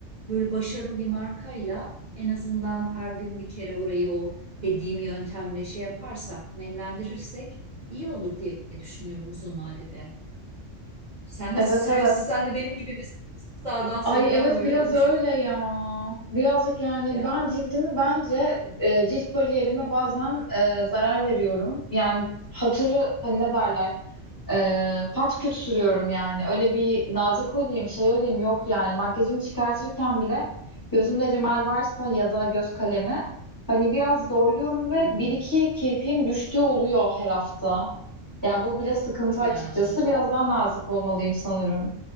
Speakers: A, on the right; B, on the left.
A: Böyle başarılı bir markayla en azından her gün bir kere orayı o dediğim yöntemle şey yaparsak, nemlendirirsek iyi olur diye düşünüyorum uzun vadede. Sen nasıl
B: Evet
A: sürüyorsun?
B: evet.
A: Sen de benim gibi misin? Sağdan soldan
B: Ay evet
A: böyle
B: biraz
A: ovuştun
B: öyle ya. Birazcık yani
A: ya.
B: ben cildimi bence e, cilt bariyerime bazen e, zarar veriyorum. Yani hatırı hani ne derler? Ee, pat küt sürüyorum yani. Öyle bir nazik olayım, şey olayım yok yani. Makyajımı çıkartırken bile gözümde rimel varsa ya da göz kalemi hani biraz zorluyorum ve
A: Hmm,
B: bir iki kirpiğim düştüğü oluyor her hafta. Yani bu bile sıkıntı
A: ya
B: açıkçası. Biraz daha nazik olmalıyım sanırım.